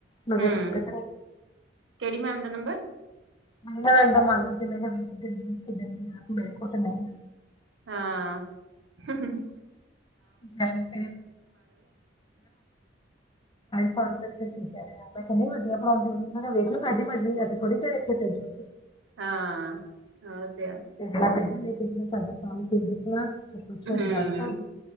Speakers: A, on the left; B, on the right.
A: ਮੈ ਵੇਖਕੇ
B: ਹੂੰ, ਕਿਹੜੀ ਮੈਮ ਦਾ ਨੰਬਰ?
A: ਮੈਨੂੰ ਤੇ ਲੱਗਦਾ ਮੰਗਣ ਚਲੇ ਗਏ <unintelligible> ਮੇਰੇ ਕੋਲ ਨਹੀ।
B: ਹਾਂ, ਹੂੰ -ਹੂੰ।
A: <unintelligible> Time pass. ਮੈਂ ਕਿਹਾ ਵਧੀਆ ਪੜਾਉਂਦੀ ਮੈਂ ਕਿਹਾ ਵੇਖਿ ਲਓ ਤੁਹਾਡੀ ਮਰਜ਼ੀ, ਅਸੀਂ ਥੋੜੀ ਕਿ ਹੈ ਇੱਥੇ ਭੇਜੋ।
B: ਹਾਂ ਹੋ ਤੇ ਆ।
A: <unintelligible> ਸਾਡਾ ਕੰਮ ਠੀਕ ਆ, ਕੁਛ ਪੁਛਿਆ
B: ਹੂੰ,
A: ਤੇ ਦਸ ਤਾ।